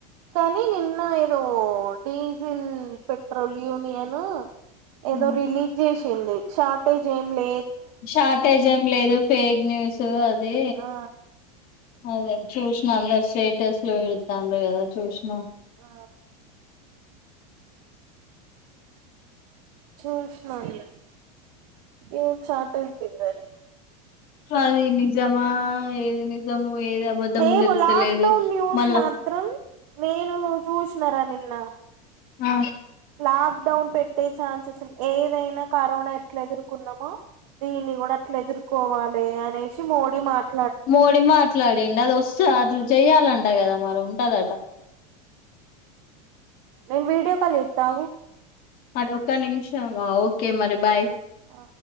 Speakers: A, on the right; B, on the left.
A: కానీ నిన్న తో డీజిల్ పెట్రోల్ యూనియన్ ఏదో
B: హ్మ్
A: రిలీ చేష్ టింది షార్టేజ్ ఏం లే
B: షార్టేజ్ ఏం లేదు ఫేక్ న్యూస్ అది
A: ఆ
B: అదే చూసినా అందరు స్టేటస్ లో పెడతాండారు కదా చూసినా
A: ఆ చూష్నాన్ లే ఏం షార్ట్ ఉందింగని
B: అది నిజమా ఏది నిజము ఏది అబద్ధం
A: ఏమో
B: తెలుస్తలేదు
A: లాక్డౌన్ న్యూస్
B: మళ్ళా
A: మాత్రం నేను చూసినారా నిన్ న
B: ఆ
A: లాక్డౌన్ పెట్టే ఛాన్సెస్ ఉ ఏదైనా కరోనా ఎట్లా ఎదుర్కున్నామో దీన్ని కూడా అట్లెదుర్కోవాలి అనేసి మోడీ మాట్
B: మోడీ మాట్లాడిండది వస్త అట్ల చెయ్యాలన్ ట గదా మరి ఉంటదట
A: నేను వీడియో కాల్ చేత్తా ఆగు
B: మరొక నిమిషం గా ఓకే మరి బాయ్
A: ఆ